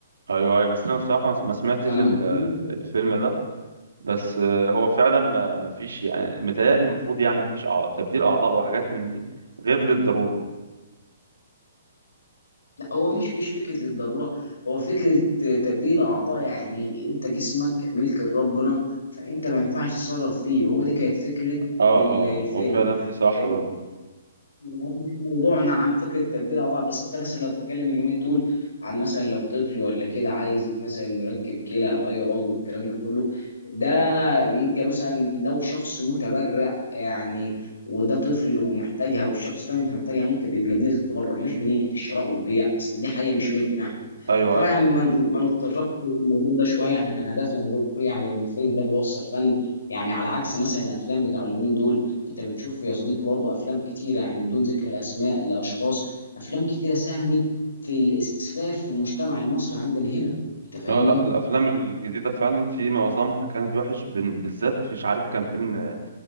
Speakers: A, on the right (about 80°); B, on the left (about 85°).
A: ايوه ايوه بس انا بصراحه ما ما سمعتش
B: انا
A: ال-
B: ما بتكلمش
A: الفيلم ده بس آه، هو فعلا ما ما فيش يعني متهيألي المفروض يعني ما فيش أع- تبديل اعضاء وحاجات من دي غير للضروره
B: لا هو مش مش فكره للضروره هو فكره تبديل اعضاء يعني انت جسمك ملك لربنا فانت ما ينفعش تتصرف فيه وهو دي كانت فكره
A: اه
B: ال-
A: اه
B: الفيلم
A: هو فعلا دي صح
B: آه،
A: برضه
B: هو مش موضوعنا عن فكره تبديل اعضاء بس انت مثلا لو هتتكلم اليومين دول عن مثلا لو طفل ولا كده عايز مثلا انه يركب كلى او اي عضو والكلام ده كله ده يبقى مثلا لو شخص متبرع يعني وده طفل ومحتاجها والشخص التاني مش محتاجها ممكن بيبقى بنيه التبرع مش بنيه الشراء والبيع اصل دي حاجه مش ملكنا احنا
A: ايوه
B: طبعا
A: ايوه
B: يعني ما
A: ايوه
B: ما نتطرقش للموضوع ده شويه احنا كان هدفنا نقول يعني ان الفيلم ده بيوصل فن يعني على عكس مثلا الافلام بتاع اليومين دول انت بتشوف يا صديقي برضه افلام كتيره يعني بدون ذكر اسماء لاشخاص افلام كتيره ساهمت في الاسفاف في المجتمع المصري عندنا هنا انت فاهمني
A: لا لا الافلام الجديده فعلا في معظمها كانت وحش بن- بالذات مش عارف كان فيلم آه،